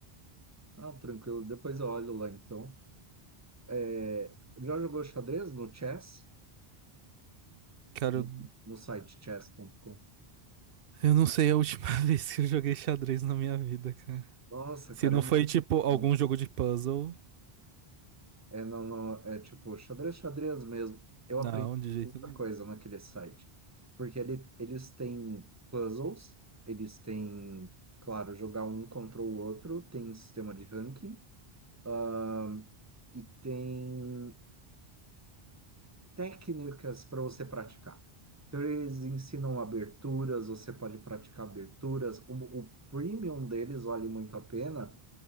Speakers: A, on the right; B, on the right.
A: Ah, tranquilo. Depois eu olho lá então. É, já jogou xadrez no chess?
B: cara,
A: no, no site chess.com.
B: eu não sei a última <laughs> vez que eu joguei xadrez na minha vida, cara.
A: Nossa,
B: Se
A: cara,
B: não
A: é muito
B: foi tipo
A: bom.
B: algum jogo de puzzle,
A: É, não, não, é tipo xadrez, xadrez mesmo. Eu
B: Não,
A: aprendi
B: de jeito
A: muita
B: nenhum.
A: coisa naquele site. Porque ele, eles têm puzzles, eles têm, claro, jogar um contra o outro, tem sistema de ranking, ahn, e tem técnicas para você praticar. Então, eles ensinam aberturas, você pode praticar aberturas. O, o premium deles vale muito a pena,